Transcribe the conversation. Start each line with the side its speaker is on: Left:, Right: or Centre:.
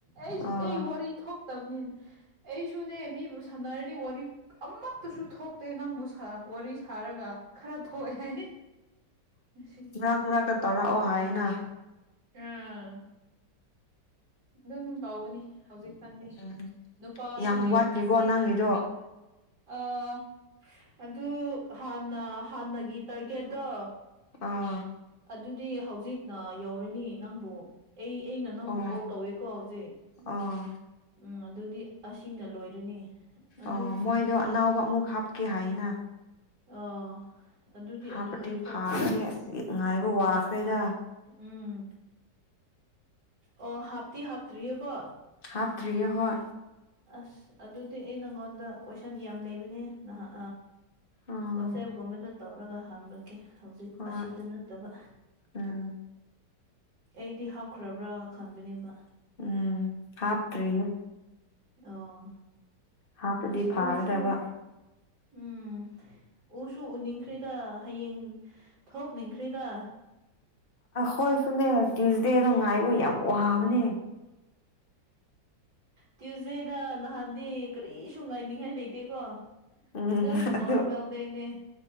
Right: ꯑꯩ
Left: ꯑꯥ
Right: ꯑꯩ ꯋꯥꯔꯤ ꯇꯕꯅꯤꯅ ꯑꯩꯁꯨꯅꯦ ꯃꯤꯕꯨ ꯁꯥꯟꯅꯔꯗꯤ ꯋꯥꯔꯤ ꯑꯃꯠꯇꯁꯨ ꯊꯣꯛꯇꯦ ꯅꯪꯕꯨ ꯋꯥꯔꯤ ꯁꯥꯔꯒ ꯈꯔ ꯊꯣꯛꯑꯦ ꯍꯥꯏ ꯉꯁꯤ
Left: ꯃꯔꯥꯛ ꯃꯔꯥꯛꯇ ꯇꯧꯔꯛꯑꯣ ꯍꯥꯏꯅ
Right: ꯑꯥ ꯑꯗꯨꯝ ꯇꯧꯕꯅꯤ ꯍꯧꯖꯤꯛ ꯈꯟꯗꯤ
Left: ꯎꯝ
Right: ꯅꯨꯄꯥꯁꯨ
Left: ꯌꯥꯝ
Right: ꯂꯩꯕ
Left: ꯋꯥꯠꯂꯤꯕꯣ ꯅꯪꯒꯤꯗꯣ
Right: ꯑꯥ ꯑꯗꯨ ꯍꯥꯟꯅ ꯍꯥꯟꯅꯒꯤ ꯇꯥꯔꯒꯦꯠꯇꯣ
Left: ꯑꯥ
Right: ꯑꯗꯨꯗꯤ ꯍꯧꯖꯤꯛꯅ ꯌꯧꯔꯅꯤ ꯅꯪꯕꯨ ꯑꯩ ꯑꯩꯅ ꯅꯪꯕꯨ
Left: ꯑꯣ
Right: ꯀꯣꯜ ꯇꯧꯋꯦꯀꯣ ꯍꯧꯖꯤꯛ
Left: ꯑꯣ
Right: ꯎꯝ ꯑꯗꯨꯗꯤ ꯑꯁꯤꯅ ꯂꯣꯏꯔꯅꯤ ꯑꯗꯨ
Left: ꯑꯣ ꯃꯣꯏꯗꯣ ꯑꯅꯧꯕ ꯑꯃꯨꯛ ꯍꯥꯞꯀꯦ ꯍꯥꯏꯅ
Right: ꯑꯣ ꯑꯗꯨꯗꯤ
Left: ꯍꯥꯞꯄꯗꯤ
Right: ꯑꯗꯨꯗꯤ ꯊꯣꯛꯇ꯭ꯔꯤ
Left: ꯐꯥꯒꯅꯤ ꯑꯁ ꯉꯥꯏꯕ ꯋꯥꯈ꯭ꯔꯦꯗ
Right: ꯎꯝ ꯑꯣ ꯍꯥꯞꯇꯤ ꯍꯥꯞꯇ꯭ꯔꯤꯌꯦꯀꯣ
Left: ꯍꯥꯞꯇ꯭ꯔꯤꯌꯦ ꯍꯣꯏ
Right: ꯑꯁ ꯑꯗꯨꯗꯤ ꯑꯩ ꯅꯪꯉꯣꯟꯗ ꯀꯣꯏꯁꯟ ꯌꯥꯝ ꯂꯩꯕꯅꯦ ꯅꯍꯥꯛ
Left: ꯎꯝ
Right: ꯋꯥꯆꯦꯞ ꯑꯗꯨꯒꯨꯝꯕꯗ ꯇꯧꯔꯒ ꯍꯪꯂꯛꯀꯦ ꯍꯧꯖꯤꯛ
Left: ꯍꯣꯏ
Right: ꯑꯁꯤꯗ ꯅꯠꯇꯕ
Left: ꯎꯝ
Right: ꯑꯩꯗꯤ ꯍꯥꯞꯈ꯭ꯔꯕ꯭ꯔꯥ ꯈꯟꯕꯅꯦꯕ
Left: ꯎꯝ ꯍꯥꯞꯇ꯭ꯔꯤ
Right: ꯑꯧ
Left: ꯍꯥꯞꯄꯗꯤ
Right: ꯑꯁ
Left: ꯐꯥꯒꯗꯕ
Right: ꯎꯔꯁꯨ ꯎꯝ ꯎꯁꯨ ꯎꯅꯤꯡꯈ꯭ꯔꯦꯗ ꯍꯌꯦꯡ ꯊꯣꯛꯅꯤꯡꯈ꯭ꯔꯤꯗ
Left: ꯈꯣꯢꯁꯨꯅꯦ ꯇ꯭ꯌꯨꯁꯗꯦꯗꯣ ꯉꯥꯏꯕ ꯌꯥꯝ ꯋꯥꯕꯅꯦ
Right: ꯇ꯭ꯌꯨꯁꯗꯦꯗ ꯅꯍꯥꯟꯗꯤ ꯀꯔꯤꯁꯨ ꯉꯥꯏꯅꯤꯡꯉꯥꯏ ꯂꯩꯇꯦꯀꯣ
Left: ꯎꯝ
Right: ꯖꯁ
Left: ꯑꯗꯣ
Right: ꯅꯣꯔꯃꯦꯜ ꯗꯦꯅꯦ